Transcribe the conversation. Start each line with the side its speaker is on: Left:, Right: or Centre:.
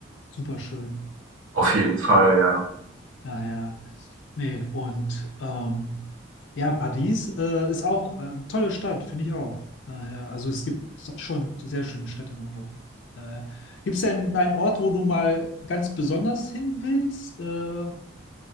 Left: super schön.
Right: Auf jeden Fall, ja.
Left: Daher, nee, und ähm, ja, Paris äh, ist auch äh, eine tolle Stadt, finde ich auch. Daher, also es gibt so- schon sehr schöne Städte in Europa. Daher. Gibt es denn einen Ort, wo du mal ganz besonders hin willst? Äh,